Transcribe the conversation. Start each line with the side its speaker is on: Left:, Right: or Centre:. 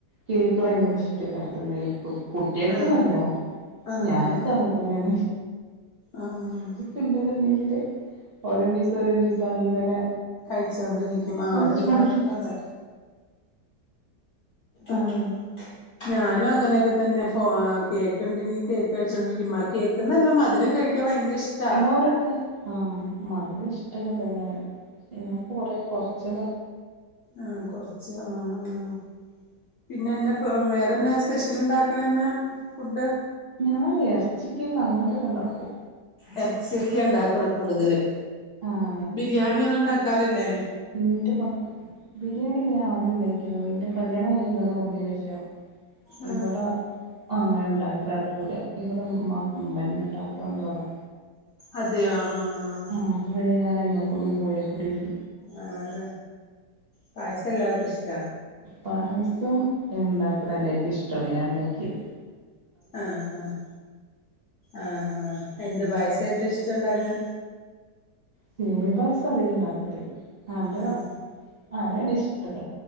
Right: കേക്ക് ഭയങ്കര ഇഷ്ടിക്കരല്ലരിക്കും കുട്ടികൾക്ക
Left: ആഹ്
Right: അല്ല
Left: ആഹ്
Right: ഞാനൊക്കെ തന്നെയാണ്
Left: ആഹ്
Right: ണ്ടുണ്ടെങ്കില് ഓരോ പീസ ഓരോ പീസ അങ്ങനെ
Left: കഴിച്ചൊണ്ടിരിക്കും ആഹ്
Right: കഴിച്ചോണ്ടിരിക്കും
Left: അതെല്ലാർക്കും അതെ ആഹ് ഞാനും അങ്ങനെയൊക്കെ തന്നെ കേക്ക് ഉണ്ടെങ്കിൽ കേക്ക് കഴിച്ചോണ്ടിരിക്കും മ കേക്ക്ന്നല്ല മധുരം കഴിക്കാൻ ഭയങ്കര ഇഷ്ടാ
Right: അവരൊക്കെ ആഹ് മധുരം ഇഷ്ടൊക്കെ തന്നെ പ്പ കൊറേ കോർച്ചതാ
Left: ആഹ് കൊറച്ച് ആഹ് ആഹ് പിന്നെവേറെന്നാ സ്പെഷ്യൽ ഉണ്ടാക്കണന്ന ഫുഡ്
Right: ഞാൻ ഇറച്ചി കേക്ക് അങ്ങൻത്തൊക്കെ ഉണ്ടാക്കും
Left: ഇറച്ചക്ക ഉണ്ടാക്കണം കൂടുതലും
Right: ആഹ്
Left: ബിരിയാണി ഒന്നും ഉണ്ടാക്കാറില്ലേ
Right: എന്റെ മ ബിരിയാണി ഞാ ആദ്യം ഉണ്ടാക്കതാ എന്റെ കല്യാണം കഴിഞ്ഞ്ഇങ്ങട് കൊ പക്ഷം
Left: ആഹ്
Right: ഇവടെ അങ്ങനെ ഉണ്ടാക്കൽ നടക്കൂല്ല ഇവിടെ മാക്ക മ്മന്നെ ഇണ്ടാക്കണം എന്നുള്ളതാ
Left: അതെയോ ആഹ്
Right: നമക്ക്പിന്നെ ഞാൻ അയ്മക്കൊന്നും പോയൽ കൂടില്ല
Left: ആത പായസ എല്ലാക്ക ഇഷ്ട
Right: പായസം ഉണ്ടാക്കണല്ലേക്ക് ഇഷ്ടമാണ് ഞാൻ ഉണ്ടാക്കിയത്
Left: ആഹ് ആഹ് ആഹ് ആഹ് എന്ത് പായസായിട്ട ഇഷ്ടംണ്ടാക്കാൻ
Right: സേമിയ പായസം അധികം ഉണ്ടാക്കല് അത
Left: ആഹ്
Right: അതെ ഇഷ്ടല